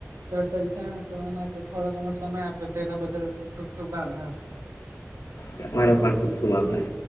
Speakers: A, on the right; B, on the left.
A: ચર્ચા વિચારણા કરવા માટે થોડો ઘણો સમય આપ્યો તો તેના બદલ ખુબ ખુબ આભાર
B: તમારો પણ ખૂબ ખુબ આભાર